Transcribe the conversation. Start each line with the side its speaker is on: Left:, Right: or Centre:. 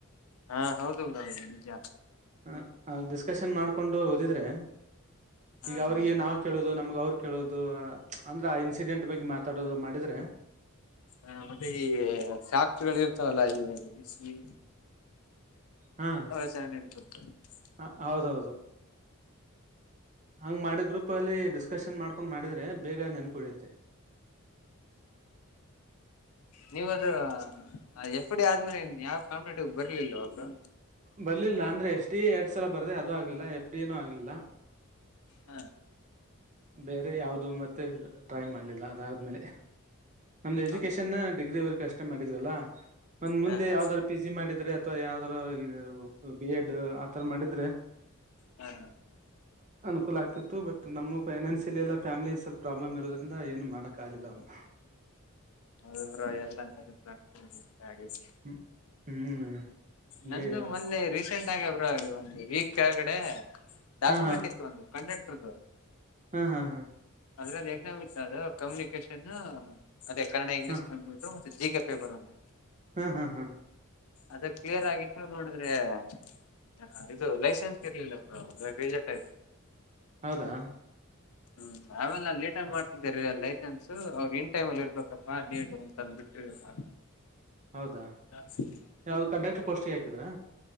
Left: ಹಾ ಹೌದು ಬ್ರೊ ನಿಜ.
Right: ಹ ಅ ಡಿಸ್ಕಶನ್ ಮಾಡ್ಕೊಂಡು ಓದಿದ್ರೆ
Left: ಹಾ
Right: ಈಗ ಅವ್ರಿಗೆ
Left: ಹಾ
Right: ನಾವ ಕೇಳದು ನಮ್ಗ್ ಅವ್ರು ಕೇಳೋದು ಅಂದ್ರೆ ಆ ಇನ್ಸಿಡೆಂಟ್ ಬಗ್ಗೆ ಮಾತಾಡೋದು ಮಾಡಿದ್ರೆ.
Left: ಹಾ ಮತ್ತೆ ಈ ಸಾಫ್ಟ್ ವೇರ್ ಇರ್ತಾವಲ್ಲ ಈ ಬಿಸಿಲಿ
Right: ಹಾಂ
Left: ಅವ ಸೆವೆವಿನ್. <unintelligible>
Right: ಆ ಹೌದೌದು. ಹಂಗ್ ಮಾಡಿ ಗ್ರೂಪ್ ಅಲ್ಲಿ ಡಿಸ್ಕಶನ್ ಮಾಡ್ಕೊಂಡು ಮಾಡಿದ್ರೆ ಬೇಗ ನೆನಪುಳಿಯುತ್ತೆ.
Left: ನೀವ ಅದು ಆ ಫ್ ಡಿ ಆದ್ಮೇಲೆ ಯಾವ್ ಕಾಂಪ್ಟೇಟಿವ್ ಬರ್ಲಿಲ್ವಾ ಬ್ರೊ.
Right: ಬರ್ಲಿಲ್ಲ ಅಂದ್ರೆ ಎಷ್ಟ ಡಿ ಎ ಎರಡ್ ಸಲ ಬರದೆ ಅದು ಆಗ್ಲಿಲ್ಲ ಎಫ್ ಡಿ ಎ ನೂ ಆಗ್ಲಿಲ್ಲ.
Left: ಹಾ
Right: ಬೇರೆ ಯಾವ್ದು ಮತ್ತೆ ಟ್ರೈ ಮಾಡ್ಲಿಲ್ಲ ಅದಾದ್ಮೇಲೆ. ನಮ್ದ್ ಎಜುಕೇಶನ್
Left: ಹೌದಾ
Right: ಡಿಗ್ರಿ ವರೆಗ ಅಷ್ಟೇ ಮಾಡಿದ್ವಲ್ಲ ಒಂದ್ ಮುಂದೆ
Left: ಹಾ ಹಾ
Right: ಯಾವ್ದಾದ್ ಪೀಜಿ ಜಿ ಮಾಡಿದ್ರೆ ಅಥವಾ ಯಾವ್ದಾರ ಇ ಬಿ ಎಡ್ ಆತರ ಮಾಡಿದ್ರೆ.
Left: ಹಾ ಹಾ
Right: <inaudible> ಅನುಕೂಲ ಆಗ್ತಿತ್ತು ಬಟ್ ನಮ್ ಫೈನಾನ್ಸಿಯಲಿಲೆಲ್ಲ ಫ್ಯಾಮಿಲಿ ಸ್ವಲ್ಪ್ ಪ್ರಾಬ್ಲಮ್ ಇರೋದ್ರಿಂದ ಏನು ಮಾಡಕ್ ಆಗಿಲ್ಲ ಅವಾಗ.
Left: ಬಿಡು ಬ್ರೊ ಎಲ್ಲ <unintelligible> ಆಗಿದೆ.
Right: ಹ್ಮ್ ಹ್ಮ್ ಹೀಗೆ
Left: ನಂದು ಮೊನ್ನೆ ರೀಸೆಂಟ್ ಆಗೆ ಬ್ರೊ ಒಂದು ವೀಕ್ ಕೆಳಗಡೆ ಡಾಕ್ಯುಮೆಂಟ್
Right: ಹಾ
Left: ಇತ್ತು ಒಂದು. ಕಂಡಟ್ರದು.
Right: ಹಂ ಹಂ ಹಾ
Left: ಅಂದ್ರೆ ಅದು ಎಕ್ಸಾಮ್ ಇತ್ತು ಅದು ಕಮ್ಯುನಿಕೇಶನ್ ಅದೇ ಕನ್ನಡ ಇಂಗ್ಲೀಷ್
Right: ಹಾ
Left: ಕಂಪ್ಯೂಟರ್ ಮತ್ತೆ ಜಿ ಕೆ ಪೇಪರ್ ಒಂದ.
Right: ಹ್ಮ್ ಹ್ಮ್ ಹ್ಮ್
Left: ಅದ ಕ್ಲಿಯರ್ ಆಗಿತ್ತು ನೋಡಿದ್ರೆ. ಹಾ ಇದು ಲೈಸೆನ್ಸ್ ಇರ್ಲಿಲ್ಲ ಬ್ರೋ ರಿಜೆಕ್ಟಾಯ್ತು.
Right: ಹೌದಾ
Left: ಹ್ಮ್ ಆಮೇಲ್ ನಾ ಲೇಟಾಗ್ ಮಾಡ್ತಿದಿದ್ಯಾರಿ ಲೈ ಸೆನ್ಸ ಅವ್ ಇನ್ ಟೈಮಲ್ಲಿರ್ಬೇಕಪ್ಪ ಲೇಟು ಅಂತ ಅಂದ್ಬಿಟ್ರು ಮಾ.
Right: ಹೌದಾ
Left: ಹ <unintelligible>
Right: ಯಾವ್ದ ಕಂಡಕ್ಟರ್ ಪೋಸ್ಟಿಗ್ ಹಾಕಿದ್ರಾ.